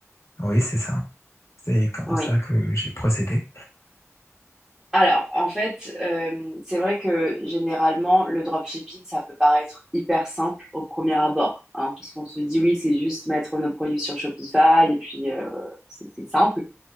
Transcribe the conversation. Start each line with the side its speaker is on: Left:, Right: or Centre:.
Left: Oui, c'est ça. C'est comme
Centre: Oui.
Left: ça que j'ai procédé.
Centre: Alors, en fait, euh, c'est vrai que généralement, le dropshipping, ça peut paraître hyper simple au premier abord, hein, parce qu'on se dit oui, c'est juste mettre nos produits sur Shopify et puis euh, c'est c'est simple.